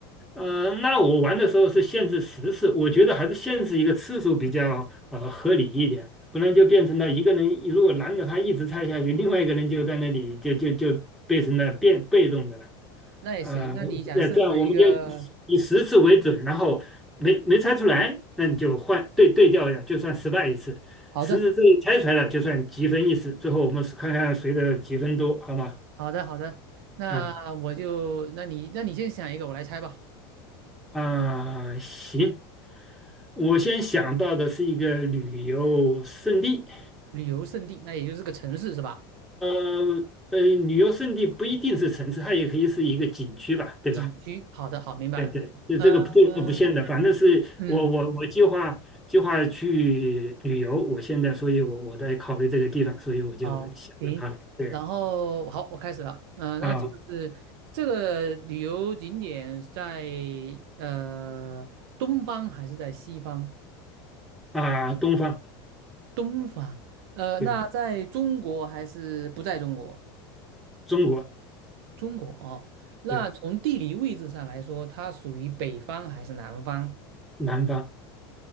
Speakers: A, in the centre; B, on the right.
A: 呃，那我玩的时候是限制十次，我觉得还是限制一个次数比较呃合理一点，不然就变成了一个人如果拦着他一直猜下去，另外一个人就在那里就就就变成了变被动的了。
B: 那也行。
A: 呃，
B: 那你想设置一个？
A: 那这样我们就以十次为准，然后没没猜出来，那你就换对对调一下，就算失败一次。
B: 好的，
A: 十次之内猜出来了，就算积分一次。最后我们是看看谁的积分多，好吗？
B: 好的，好的。那我就，
A: 嗯
B: 那你，那你先想一个，我来猜吧。
A: 啊，行，我先想到的是一个旅游胜地，
B: 旅游胜地，那也就是个城市是吧？
A: 呃呃，旅游胜地不一定是城市，它也可以是一个景区吧，对吧？
B: 景区，好的，好，明白了。
A: 对对，这这个这个不限的，
B: 呃，
A: 反正是我我我计划计划去旅游，
B: 嗯，
A: 我现在，所以我我在考虑这个地方，所以我就选到它了。
B: 好，行。
A: 对
B: 然后好，我开始了。嗯，那就是这个旅游景点在
A: 啊
B: 呃东方还是在西方？
A: 啊，东方，
B: 东方。呃，
A: 对
B: 那在中国还是不在中国？
A: 中国，
B: 中国哦。那从地理位置上来说，
A: 对
B: 它属于北方还是南方？
A: 南方